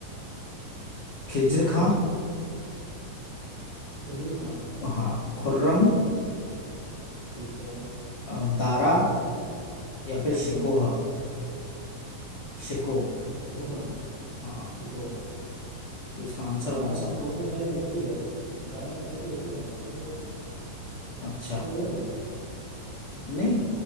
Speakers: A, on the left; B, on the right.
A: खिज्र खां
B: खिजर खां
A: हाँ खुर्रम
B: ठीक है
A: अ, दारा या फिर
B: हम्म
A: शिकोह शिको
B: सिकोहा
A: हाँ
B: सिको
A: तो इसका आंसर
B: दारा
A: कौन सा
B: सिकोह
A: होगा
B: तो शायद एक ही है दारा सिकोह तो एक ही ना शायद मुझे लग रहा
A: अच्छा
B: है या अलग अलग है हम्म
A: नहीं